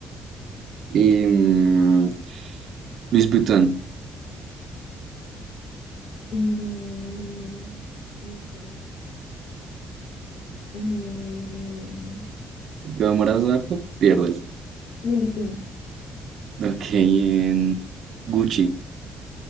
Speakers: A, on the right; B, on the left.
A: Em, Luis Vuitton.
B: eh, miércoles, em,
A: Si te demoras harto, pierdes.
B: Lily Pink,
A: Ok, en Gucci.